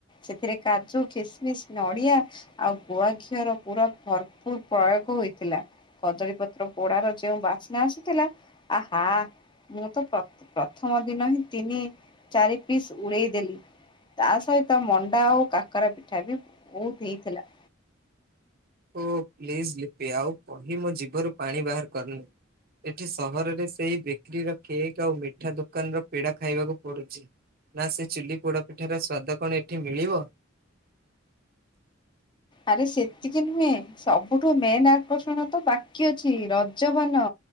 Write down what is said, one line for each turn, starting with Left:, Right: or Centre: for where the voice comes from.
Left: ସେଥିରେ କାଜୁ, କିସମିସ୍, ନଡିଆ ଆଉ ଗୁଆ ଘିଅର ପୁରା ଭରପୁର ପ୍ରୟୋଗ ହୋଇଥିଲା। କଦଳୀ ପତ୍ର ପୋଡାର ଯୋଉ ବାସ୍ନା ଆସୁଥିଲା ଆହା ମୁଁ ତ ପ୍ର ପ୍ରଥମ ଦିନ ହିଁ ତିନି ଚାରି ପିସ୍ ଉଡେଇଦେଲି। ତା ସହିତ ମଣ୍ଡା ଆଉ କାକରା ପିଠା ବି ବହୁତ ହେଇଥିଲା।
Right: ଓ ପ୍ଲିଜ୍ ଲିପି ଆଉ କହି ମୋ ଜିଭରୁ ପାଣି ବାହାର କରନି। ଏଠି ସହରରେ ସେଇ ବେକରୀର କେକ୍ ଆଉ ମିଠା ଦୋକାନର ପେଡା ଖାଇବାକୁ ପଡୁଚି। ନା ସେ ଚୁଲି ପୋଡପିଠାର ସ୍ଵାଦ କଣ ଏଠି ମିଳିବ।
Left: ଆରେ ସେତିକି ନୁହେଁ, ସବୁଠୁ ମେନ୍ ଆକର୍ଷଣ ତ ବାକି ଅଛି ରଜ ପାନ।